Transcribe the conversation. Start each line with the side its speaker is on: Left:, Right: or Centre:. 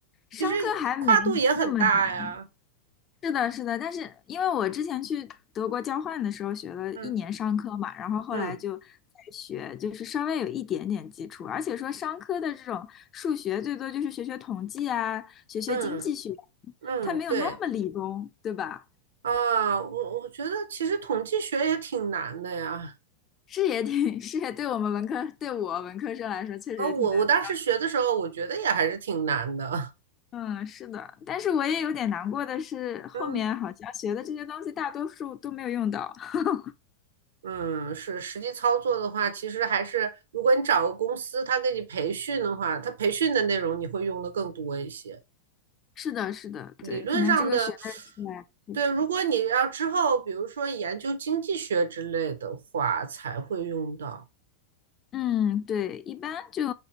Left: 商科还没那么难，
Right: 其实跨度也很大呀。
Left: 是的，是的，但是因为我之前去德国交换的时候学了一年商科嘛，
Right: 嗯
Left: 然后后来就在学，
Right: 嗯
Left: 就是稍微有一点点基础，而且说商科的这种数学最多就是学学统计啊，学学经济学，
Right: 嗯嗯，
Left: 它没有那么理工，
Right: 对
Left: 对吧？
Right: 啊，我我觉得其实统计学也挺难的呀。
Left: 是也挺，是也对我们文科，对我文科生来说确实也挺难的。
Right: 啊，我我当时学的时候，我觉得也还是挺难的。
Left: 嗯，是的，但是我也有点难过的是，后面好像学的这些东西大多数都没有用到。
Right: <laughs> 嗯。
Left: <laughs>
Right: 嗯，是实际操作的话，其实还是如果你找个公司，他给你培训的话，他培训的内容你会用的更多一些。
Left: 是的，是的，
Right: 理论上的，
Left: 对，可能这个学位出来确实。
Right: 对，如果你要之后，比如说研究经济学之类的话，才会用到。
Left: 嗯，对，一般就